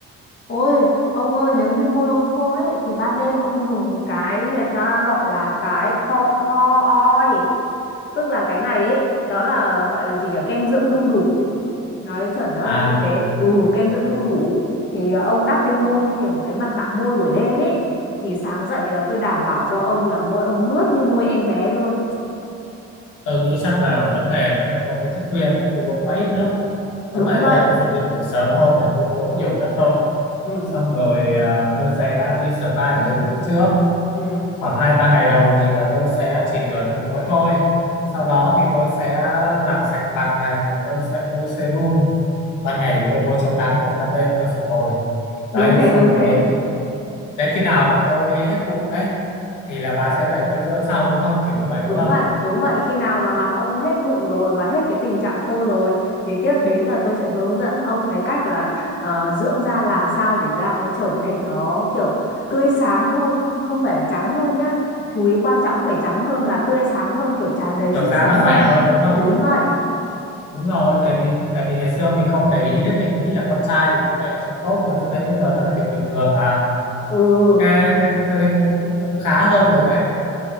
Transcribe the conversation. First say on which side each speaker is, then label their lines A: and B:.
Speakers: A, on the left; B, on the left.
A: Ôi, ông ơi, nếu như môi ông khô ấy thì ban đêm ông dùng cái người ta gọi là cái paw paw oil, tức là cái này ấy nó là gọi là gì nhỉ kem dưỡng đu đủ nói chuẩn nó là
B: à
A: như thế
B: cho tôi
A: ừ
B: đi
A: kem dưỡng đu đủ thì ờ, ông đắp lên môi như kiểu một cái mặt nạ môi buổi đêm ấy thì sáng dậy ờ, tôi đảm bảo cho ông là môi ông mướt như môi em bé luôn
B: tôi nghĩ chắc là vấn đề vẫn là do tôi thức khuya với tôi uống quá ít nước thôi tóm
A: Đúng
B: lại
A: vậy.
B: bây giờ tôi phải đi ngủ sớm hơn để tôi uống
A: ừ
B: nhiều nước hơn
A: ừ
B: xong rồi à, tôi sẽ đi spa để lấy mụn trước
A: ừ
B: khoảng hai ba ngày đầu thì là tôi sẽ chỉ rửa nước muối thôi sau đó thì tôi sẽ làm sạch mặt này rồi tôi sẽ bôi serum ban ngày thì tôi bôi chống nắng rồi ban đêm tôi phục hồi
A: đúng
B: đấy
A: thế
B: xong
A: đúng
B: rồi
A: thế
B: đến khi đến khi nào mà tôi hết mụn đấy thì là bà sẽ dạy tôi dưỡng sau đúng không kiểu như vậy
A: Đúng
B: đúng không
A: vậy, đúng vậy. Khi nào mà mặt ông hết mụn rồi và hết cái tình trạng khô rồi thì tiếp đến là tôi sẽ hướng dẫn ông cái cách là ờ, dưỡng da làm sao để da nó trở nên nó kiểu tươi sáng hơn, không phải là trắng hơn nhá. Chú ý quan trọng không phải trắng hơn mà là tươi sáng hơn, kiểu tràn đầy
B: kiểu
A: sức
B: da
A: sống
B: nó
A: hơn.
B: khỏe hơn đúng không
A: Đúng vậy.
B: đúng rồi tại vì tại vì ngày xưa mình không để ý đấy mình cứ nghĩ là con trai thì như vậy là không tốt nhưng mà tôi thấy bây giờ nó là điều bình thường à
A: Ừ,
B: cái thế, thế, thế, thế cũng cũng khá hơn rồi đấy